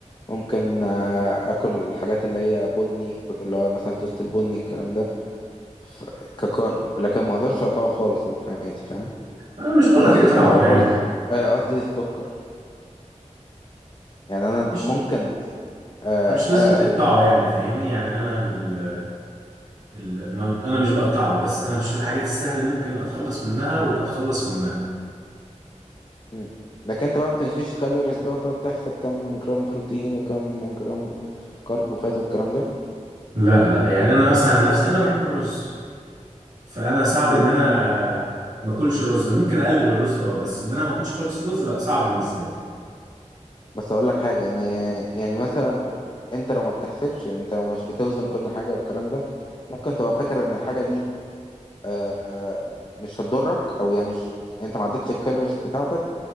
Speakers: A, on the left (about 40°); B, on the right (about 75°).
A: ممكن آه، اكل الحاجات اللي هي بني اللي هو مثلا توست البني الكلام ده ف- ككارب لكن ما اقدرش اقطعه خالص من حياتي فاهم
B: انا مش بقولك
A: ونفس
B: اقطعه
A: الكلام الرز
B: يعني
A: آه، قصدي السكر يعني انا
B: مش
A: ممكن آه
B: مش لازم
A: آه
B: تقطعه يعني فاهمني يعني انا بال ال... ما... انا مش بقطعه بس انا بشوف الحاجات السهله ممكن اتخلص منها وبتخلص منها
A: مم. لكن انت بقى ما بتمشيش كالوريز بقى وتقعد تحسب كم جرام بروتين وكم جرام كرب وفات والكلام
B: لا لا يعني انا مثلا عن نفسي انا بحب الرز فانا صعب
A: ده
B: ان انا ما اكلش رز انا ممكن اقلل الرز اه بس ان انا ما اكلش خالص رز لا صعب بالنسبه لي
A: بس اقول لك حاجه يعني يعني مثلا انت لو ما بتحسبش يعني انت لو مش بتوزن كل حاجه والكلام ده ممكن تبقى فاكر ان الحاجه دي آه مش هتضرك او يعني مش انت ما عدتش الكالوريز بتاعتك